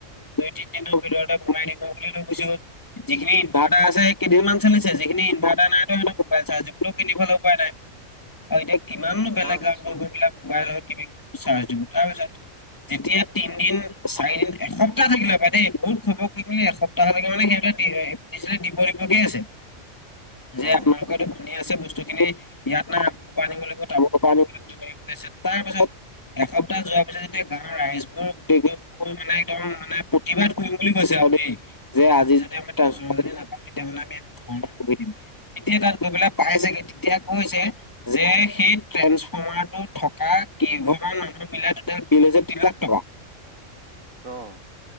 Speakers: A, on the left; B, on the right.
A: দুই তিনিদিনৰ ভিতৰতে বনাই দিব বুলি লৈ গুছি গ'ল। যিখিনি ইনভাৰটাৰ আছে কেইনমানান চি যিখিনি ইনভাৰটাৰ নাই ত মোবাইলাৰ্জবোৰো কিনিবালে পোৱা নাই। আৰু এতিয়া কিমানো বেলেগ
B: হয়
A: গাওঁ গৈ পেলাই মোবাইল কিনি চাৰ্জ দিম তাৰপিছত। যেতিয়া তিনদিন, চাৰিদিন, এসপ্তাহ থাকিলে পাই দেই বহুত খবৰ কৰি মেলি এসপ্তাহ তাহকে মানে সিহঁতে দিব - দিবগে আছে। যে
B: অ
A: আপোনালোকৰো ভনী আছে বস্তুখিনি ইয়াত নাই আমুকৰ পৰা আনিব লাগিব তামুৰ পৰা আনিব লাগিব। তাৰ পিছত এসপ্তাহ যোৱাৰ পিছত যেতিয়া গাঁৱৰ ৰাইজবোৰ গোটেই মোৰ মানে একদম মানে প্ৰতিবাদ কৰিম বুলি কৈছে আৰু দেই। যে আজি যদি আমি ট্ৰেফৰ্মাৰ
B: অ
A: যদি নাপাওঁ তেতিয়াহ'লে আমি ধৰ্ণাত বহি দিম। তেতিয়া তাত গৈ পেলাই পাই চাগে তেতিয়া কৈছে। যে সেই ট্ৰেন্সফৰ্মাৰ টো থকা কেইঘৰ মান মানুহ। মিলাই টোটেল বিল হৈছে তিনি লাখ টকা।
B: অ